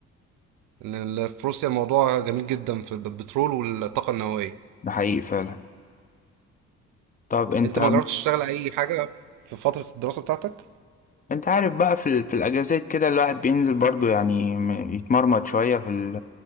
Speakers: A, on the right; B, on the left.
A: لأن في روسيا الموضوع جميل جدا في البترول والطاقة النووية
B: ده حقيقي فعلا طب انت
A: انت ما جربتش تشتغل اي حاجة في فترة الدراسة بتاعتك
B: انت عارف بقى في, ال- في الاجازات كده الواحد بينزل برضو يعني م- يتمرمط شوية في ال...